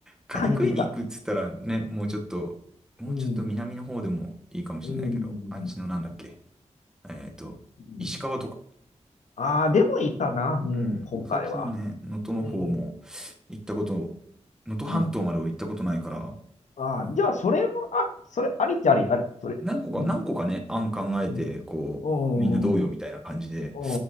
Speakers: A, in the centre; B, on the left.
A: カニ食いに行くっつったらね、
B: カニとイカ。
A: もうちょっと、もうちょっと南の方でもいいかもしれないけど、
B: うん、うん、
A: あっちのなんだっけ。えっと、
B: うん。
A: 石川とか。
B: ああ、でもいいかな、うん、
A: うん。
B: 今回は。
A: そっちのね、能登の方も
B: うん、
A: 行ったこと、能登半島まで俺行ったことないから、
B: うん。ああ、じゃあ、それも、あ、それ、ありっちゃあり、あり、それ。
A: 何個か、
B: うん、
A: 何個かね、案考えて、
B: うん、
A: こう、
B: うん、
A: みんなどうよみたいな感じで、
B: うん、うん、う